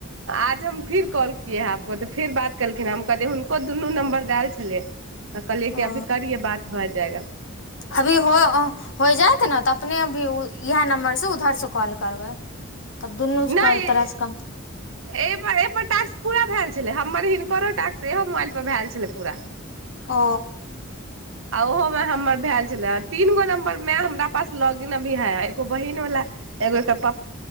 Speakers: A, on the right; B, on the left.
A: आज हम फिर कॉल कि आबको तऽ फेर बात केलखिन हम कहलिय हुनको दुनू नम्बर देल छलै तऽ कहलियै कि
B: ओ
A: अभी करिये बात भए जाएगा
B: अभी हो हो जायत ने त अपने भी इएह नम्बर से उधर से कॉल करबै तब दुनू
A: नहिप
B: तरह से कम
A: पूरा भेल छलै हमर हिनकरो टाक से इहो मोबाइल पर भेल छलै पूरा
B: ओ
A: आ ओहोमे हमर भेल छलए तीनगो नम्बर में हमरा पास लॉग इन अभी है एगो बहिीन वाला एगो एकर पा